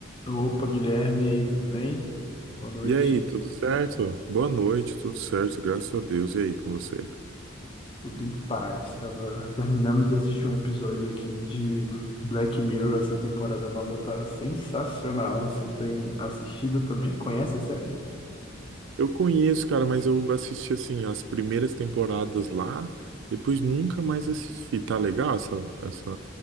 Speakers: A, on the left; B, on the right.
A: Opa, Guilherme, e aí, tudo bem? Boa noite.
B: E aí, tudo certo? Boa noite, tudo certo, graças a Deus. E aí, com você?
A: Tudo em paz. Estava terminando de assistir um episódio aqui de Black Mirror. Essa temporada nova tá sensacional. Você tem assistido também? Conhece a série?
B: Eu conheço, cara, mas eu assisti assim as primeiras temporadas lá, depois nunca mais assisti. Tá legal essa essa